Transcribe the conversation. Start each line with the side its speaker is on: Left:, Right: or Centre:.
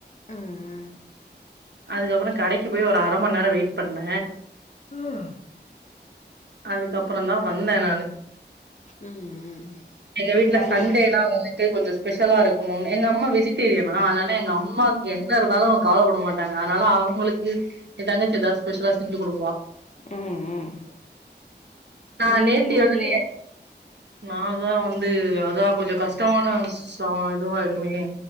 Left: ம் ம்
Right: அதுக்கப்றோ கடைக்கு போய் ஒரு அர மண்நேரோ வெயிட் பண்ண
Left: ம்
Right: அதுக்கப்றோ தா வந்த நானு
Left: ம் ம்
Right: எங்க வீட்ல
Left: பாவி
Right: சண்டேனா வந்து கொஞ்சோ ஸ்பெஷலா இருக்கணுன் எங்க அம்மா வெஜிடேரியனா அதனால எங்க அம்மாக்கு எங்க இருந்தாலு கவலப்பட மாட்டாங்க அதனால அவுங்களுக்கு எ தங்கச்சி ஏதாச்சு ஸ்பெஷலா செஞ்சு குடுப்பா
Left: ம் ம்
Right: ந
Left: நீங்க
Right: நேத்தி
Left: செய்ய மாட்டீங்க
Right: வந்துட்டு நாதா வந்து அதா கொஞ்சம கஷ்டமான விஷ் சாதுவாயிடுமே